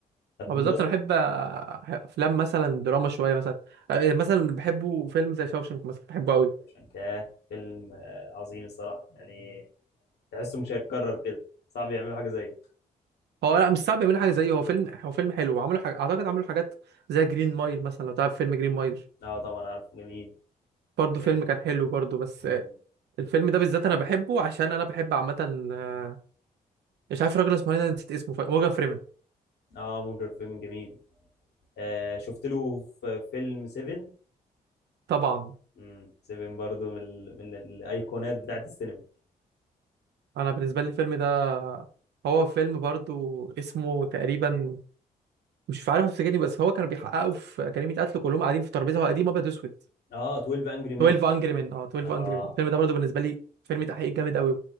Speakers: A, on the left; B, on the right.
A: طب
B: ما
A: بمناسبه
B: بالظبط انا بحب افلام مثلا دراما شويه مثلا مثلا بحبه فيلم زي شاوشنك مثلا بحبه قوي
A: شانكاه فيلم آه، عظيم الصراحه يعني تحسه مش هيتكرر كده صعب يعملوا حاجه زيه
B: هو لا مش صعب يعملوا حاجه زيه هو فيلم هو فيلم حلو وعملوا حاجه اعتقد عملوا حاجات زي جرين مايل مثلا لو تعرف فيلم جرين مايل
A: اه طبعا عارفه جميل
B: برضه فيلم
A: اه
B: كان حلو برضه بس
A: مم.
B: آه، الفيلم ده بالذات انا بحبه عشان انا بحب عامه آه، مش عارف الراجل اسمه ايه انا نسيت اسمه ف- مورجان فريمان
A: آه، مونجر فيلم جميل آه شفت له في فيلم 7
B: طبعا
A: امم 7 برضو من ال- من الايقونات بتاعت السينما
B: انا بالنسبه لي الفيلم ده هو فيلم برضه اسمه تقريبا مش عارف افتكرني بس هو كانوا بيحققوا في أكاديمية قتل كلهم قاعدين في ترابيزه هو قديم ابيض واسود
A: اه 12 انجري مين
B: 12 انجري مان اه 12
A: اه
B: انجري مان الفيلم ده برضه بالنسبه لي فيلم تحقيق جامد قوي